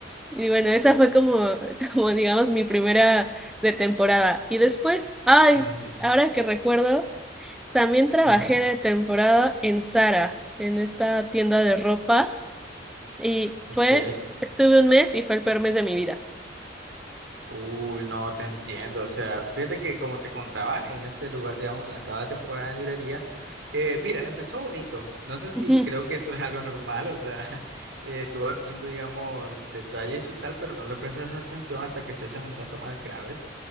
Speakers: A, in the centre; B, on the right.
A: Y bueno, esa fue como, <laughs> como digamos, mi primera de temporada. Y después, ay,
B: Ujú,
A: ahora que recuerdo, también trabajé
B: ujú.
A: de temporada en Zara, en esta tienda de ropa. Y
B: Ok.
A: fue, estuve un mes y fue el peor mes de mi vida.
B: Uy, no, te entiendo. O sea, fíjate que como te contaba, en ese lugar, digamos, donde estaba de temporada en librería, eh, mira, empezó bonito. No sé si
A: Ujú.
B: creo que eso es algo normal, o sea, <laughs> eh, tú vas viendo, digamos, detalles y tal, pero no le prestas atención hasta que se hacen un tanto más graves.